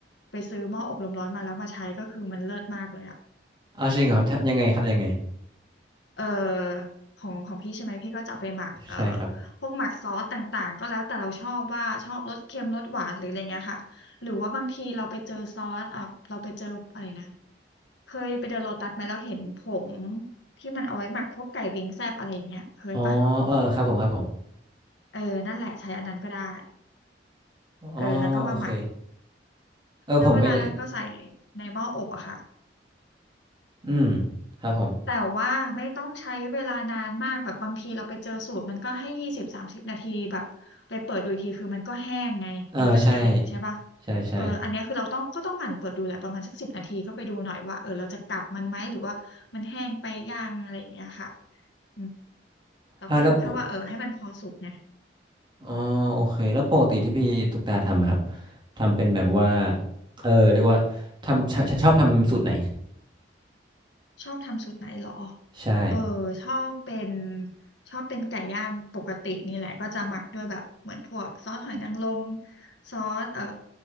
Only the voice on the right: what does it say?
เอาจริงเหรอทับยังไงครับยังไง
ใช่ครับ
อ๋อเออครับผมครับผม
อ๋อ
โอเคเออผมไม่
อืมครับผม
เออใช่ใช่ใช่
อ่าแล้วปกอ๋อโอเคแล้วปกติที่พี่ตุ๊กตาทำอะครับทำเป็นแบบว่าเออเรียกว่าทำชชชอบทำสูตรไหน
ใช่